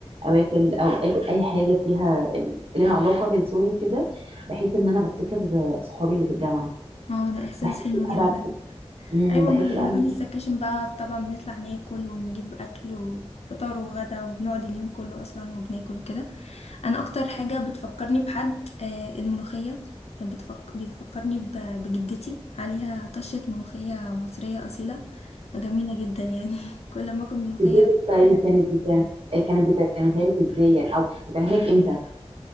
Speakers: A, on the right; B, on the left.
A: او اكل او اكل اي حاجه فيها ليها علاقه بالسوري كده بحس ان انا بفتكر آه، صحابي اللي في الجامعه
B: اه ده احساس
A: بحس
B: حلو جدا
A: بقى مم،
B: ايوه
A: بحس
B: ما
A: بقى إن
B: بين السكاشن بقى طبعا بنطلع ناكل ونجيب اكل وفطار وغدا وبنقعد اليوم كله اصلا وبناكل وكده انا اكتر حاجه بتفكرني بحد آه، الملوخيه بتفك... بيفكرني ب... بجدتي عليها طشه ملوخيه مصريه اصيله فجميله جدا يعني <laughs> كل ما اكل ملوخيه
A: الديت ستايل كانت بتاع كانت بتعملها لك ازاي يعني او بتعملها لك امتى